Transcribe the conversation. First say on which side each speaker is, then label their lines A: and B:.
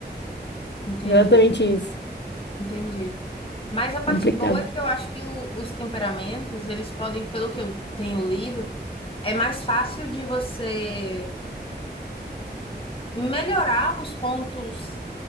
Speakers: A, on the left; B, on the left.
A: Entendi.
B: Exatamente isso.
A: Entendi. Mas a parte
B: Complicado.
A: boa é que eu acho que o- os temperamentos, eles podem, pelo que eu tenho lido, é mais fácil de você melhorar os pontos